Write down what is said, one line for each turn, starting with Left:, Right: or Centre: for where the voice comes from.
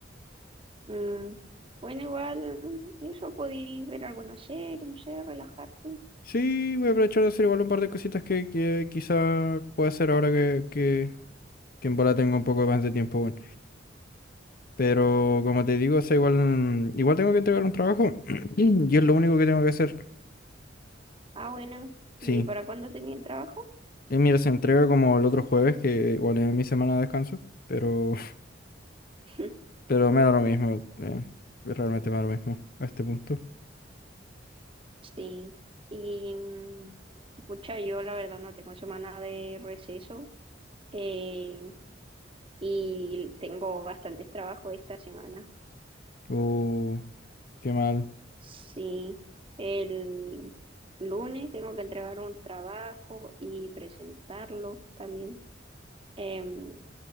Right: Mm, Bueno, igual, eso podéis ver alguna serie, no sé, relajarte.
Left: Sí, voy a aprovechar de hacer igual un par de cositas que, que quizá pueda hacer ahora que, que, que en bola tengo un poco más de tiempo, bueno. Pero como te digo, o sea, igual, igual tengo que entregar un trabajo <clears throat> y es lo único que tengo que hacer.
Right: Ah, bueno.
Left: Sí,
Right: ¿Y para cuándo tenía el trabajo?
Left: y mira, se entrega como el otro jueves, que igual es mi semana de descanso, pero,
Right: <laughs>
Left: <laughs> pero me da lo mismo, eh, realmente me da lo mismo a este punto.
Right: Sí. Y, mm, pucha, yo la verdad no tengo semana de receso. eh, y tengo bastantes trabajos esta semana.
Left: Uh, qué mal.
Right: Sí, el lunes tengo que entregar un trabajo y presentarlo también. Em,